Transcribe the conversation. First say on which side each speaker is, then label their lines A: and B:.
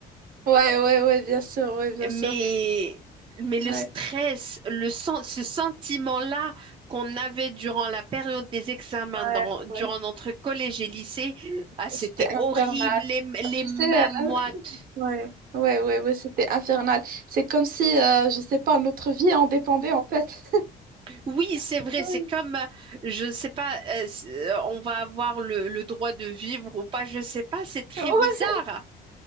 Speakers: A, on the right; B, on the right.
A: Ouais, ouais, ouais, bien sûr, ouais, bien
B: Mais
A: sûr.
B: mais le
A: Ouais,
B: stress, le sen- ce sentiment-là qu'on avait durant la période des examens,
A: ouais,
B: dans, durant
A: ouais.
B: notre collège et lycée, ah, c'était
A: C'était
B: horrible,
A: infernal.
B: les, m- les
A: Tu
B: mains
A: sais, euh,
B: moites.
A: Ouais, ouais, ouais, ouais, c'était infernal. C'est comme si, euh, je sais pas, notre vie en dépendait en fait.
B: Oui, c'est
A: <laughs>
B: vrai.
A: Ouais.
B: C'est comme, euh, je sais pas, euh, si- euh, on va avoir le, le droit de vivre ou pas. Je sais pas. C'est très
A: Ouais,
B: bizarre.